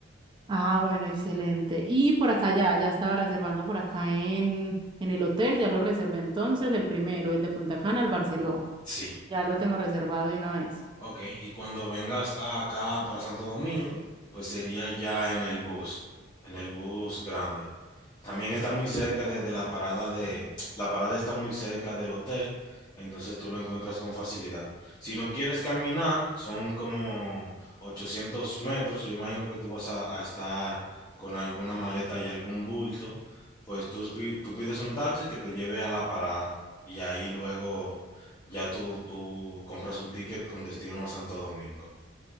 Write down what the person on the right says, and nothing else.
Ah, bueno, excelente. Y por acá ya, ya estaba reservando por acá en, en el hotel, ya lo reservé entonces, el primero, el de Punta Cana, el Barceló.
Ya lo tengo reservado de una vez.